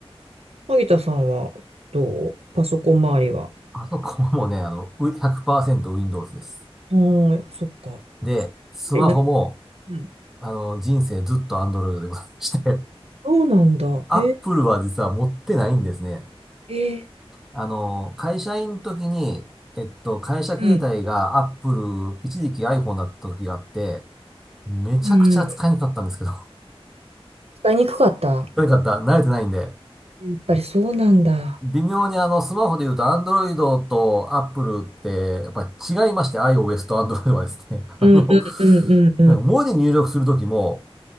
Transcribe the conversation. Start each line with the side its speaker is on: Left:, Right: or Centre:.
Right: 萩田さんはどうパソコン周りは。
Centre: パソコンもね、あの、う 100%Windows です。
Right: うん、そっか。
Centre: で、スマホも、
Right: えなうん、
Centre: あの、人生ずっと Android でございまして。
Right: そうなんだ。
Centre: アップルは実は持ってないんですね。
Right: え、えー、
Centre: あの、会社員の時に、えっと、会社携帯がアップル、
Right: うん、
Centre: 一時期 iPhone だった時があって、めちゃくちゃ使いにくかったんですけど、
Right: うん。
Centre: <laughs>
Right: 使いにくかった。
Centre: とにくかった慣れてないんで、
Right: やっぱりそうなんだ。
Centre: 微妙にあの、スマホで言うと Android と Apple って、やっぱり違いまして、iOS と Android はですね、<laughs> あの、
Right: うんうんうんうんうん。
Centre: なんか文字入力する時も、